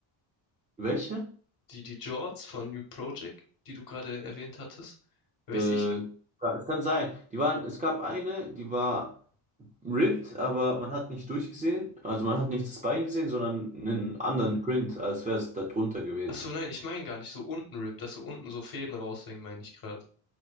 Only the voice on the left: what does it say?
Die, die Jorts von New Project, die du gerade erwähnt hattest? Weiß
ich,
Ach so, nein, ich meine gar nicht so unten Rip, dass so unten so Fäden raushängen, meine ich gerade.